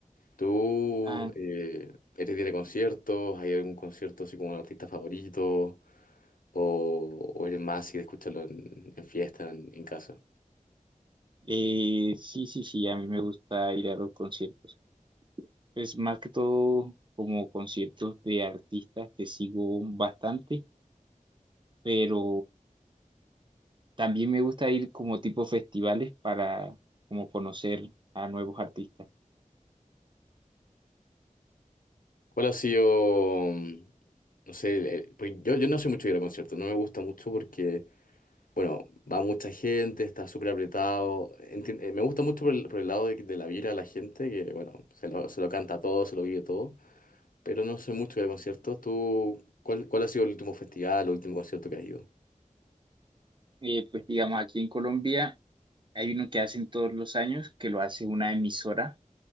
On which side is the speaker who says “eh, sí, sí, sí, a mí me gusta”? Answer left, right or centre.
Right